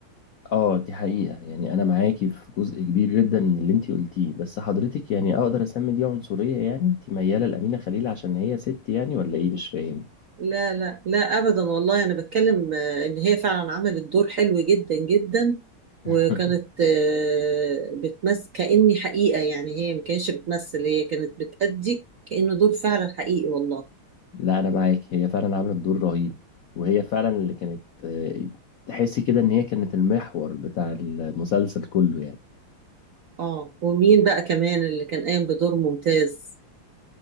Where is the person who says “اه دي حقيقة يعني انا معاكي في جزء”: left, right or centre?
Left